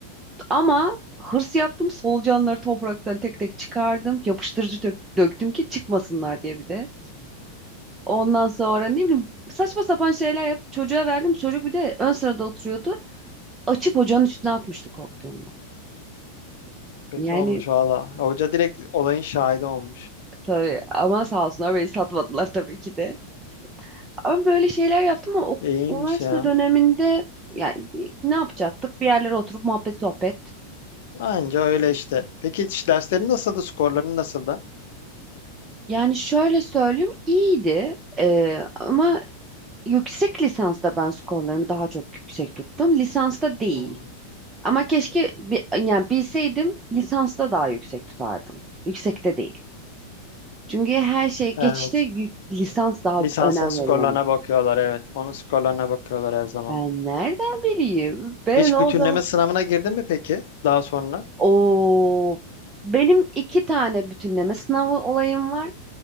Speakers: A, on the right (about 20°); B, on the left (about 55°).
A: Ama hırs yaptım. Solucanları topraktan tek tek çıkardım. Yapıştırıcı dök- döktüm ki çıkmasınlar diye bir de. Ondan sonra ne bileyim saçma sapan şeyler yap. Çocuğa verdim. Çocuk bir de ön sırada oturuyordu. Açıp ocağın üstüne atmıştı korktuğundan.
B: Kötü
A: Yani
B: olmuş valla. Hoca direkt olayın şahidi olmuş.
A: tabii ama sağ olsunlar beni satmadılar tabii ki de. Ama böyle şeyler yaptım ama o,
B: İyiymiş
A: üniversite
B: ya.
A: döneminde yani ne yapacaktık? Bir yerlere oturup muhabbet sohbet.
B: Anca öyle işte. Peki hiç derslerin nasıldı? Skorların nasıldı?
A: Yani şöyle söyleyeyim iyiydi. Ee, ama Yüksek lisansta ben skorlarımı daha çok yüksek tuttum. Lisansta değil.
B: Hmm,
A: Ama keşke bi- yani bilseydim lisansta daha yüksek tutardım. Yüksekte değil. Çünkü her şey
B: Evet.
A: geçişte yük- lisans daha
B: Lisansın
A: önem
B: skorlarına
A: veriyormuş.
B: bakıyorlar. Evet. Onun skorlarına bakıyorlar her zaman.
A: Ben nereden bileyim? Ben
B: Hiç
A: o
B: bütünleme
A: zaman...
B: sınavına girdin mi peki? Daha sonra.
A: Oo, benim iki tane bütünleme sınavı olayım var.